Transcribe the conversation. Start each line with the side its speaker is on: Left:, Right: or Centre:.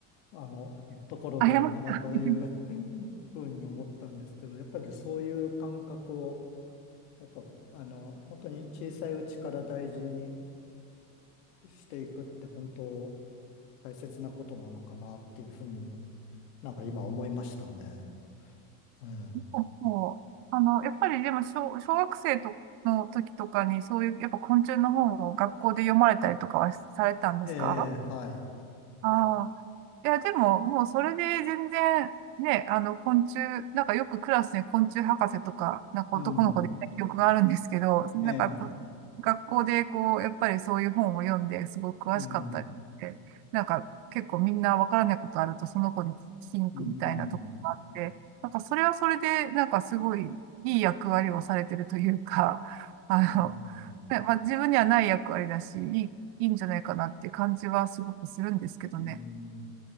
Left: あの、ところなのかなという
Right: あやまちゃん。
Left: <laughs> ふうに思ったんですけど、やっぱりそういう感覚を、やっぱ、あの、本当に小さいうちから大事にしていくって本当大切なことなのかなっていうふうになんか今思いましたね。うん。
Right: そうそうあの、やっぱりでも小、小学生との時とかにそういう、やっぱ昆虫の本を学校で読まれたりとかはされたんですか
Left: ええ、はい。
Right: ああ。いや、でも、もうそれで全然、ね、あの、昆虫、なんかよくクラスに昆虫博士とか、なんか男の子でいた記憶があるんですけど、
Left: うん。
Right: なんかやっぱ学校でこう、
Left: ええ、
Right: やっぱりそういう本を読んですごく詳しかったりって、
Left: うん。
Right: なんか結構みんなわからないことあるとその子に聞きに行くみたいなとこがあって、
Left: うん。
Right: なんかそれはそれで、なんかすごいいい役割をされてるというか、あの、
Left: うん。
Right: ね、まあ、自分にはない役割だし、いいいいんじゃないかなって感じはすごくするんですけどね。
Left: うん。